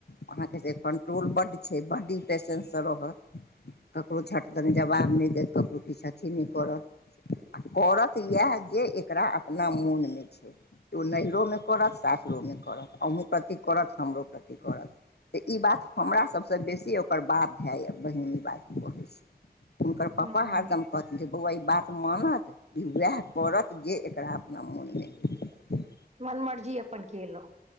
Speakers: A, on the left; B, on the right.
A: अहाँके जे कंट्रोल बड्ड छै बड्ड ई पेशेंस सँ रहत ककरो झट दने जवाब नहि देत ककरो किछ अथि नहि करत आ करत इएह जे एकरा अपना मोनमे छै ओ नहिरोमे करत सासुरोमे करत अहूँ प्रति करत हमरो प्रति करत तऽ ई बात हमरा सबसँ बेसी ओकर बात भाइए बहिन ई बात कहै छै हुनकर
B: हँ
A: पापा हरदम कहथ जे बौआ ई बात मानत ई उएह करत जे एकरा अपना मोनमे हेतै
B: मनमर्जी अपन केलौ